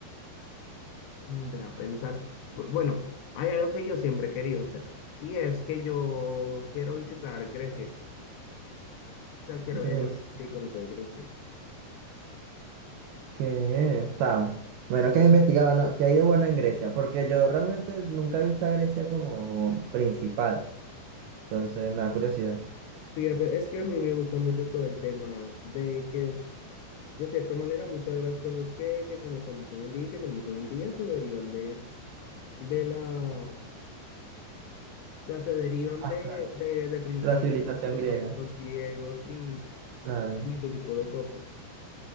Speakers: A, on the left; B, on the right.
A: mm, deja pensar, por- bueno, hay algo que yo siempre he querido hacer y es que yo quiero visitar Grecia, o sea, quiero
B: Grecia
A: viajar aquí y conocer Grecia.
B: que, o sea, bueno, que has investigado, ¿no? ¿Qué hay de bueno en Grecia? Porque yo realmente nunca he visto a Grecia como, como principal. Entonces me da curiosidad.
A: Fíjate, es que a mí me gusta mucho todo el tema de que De cierta manera, muchas de las cosas que, que conocemos hoy en día y que tenemos hoy en día se derivan de, de la, o sea, se derivan de,
B: Claro.
A: de, de principios
B: La civilización
A: filosóficos
B: griega,
A: griegos y,
B: claro.
A: y ese tipo de cosas.